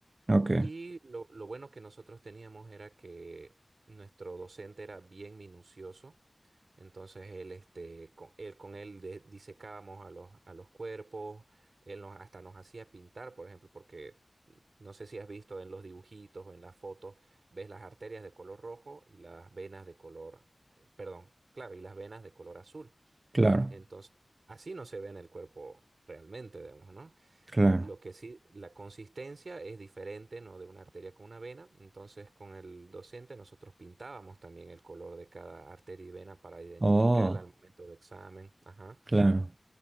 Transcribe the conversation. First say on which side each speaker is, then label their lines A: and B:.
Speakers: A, on the right; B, on the right.
A: Ok.
B: Y lo, lo bueno que nosotros teníamos era que nuestro docente era bien minucioso. Entonces él, este, con él, con él de- disecábamos a los, a los cuerpos, él nos, hasta nos hacía pintar, por ejemplo, porque no sé si has visto en los dibujitos o en las fotos, ves las arterias de color rojo y las venas de color, eh, perdón, claro, y las venas de color azul.
A: Claro,
B: Entonces, así no se ve en el cuerpo realmente, digamos, ¿no?
A: claro.
B: Lo que sí, la consistencia es diferente, ¿no? De una arteria con una vena. Entonces, con el docente nosotros pintábamos también el color de cada arteria y vena para identificarla
A: Oh,
B: al momento de examen. Ajá.
A: claro.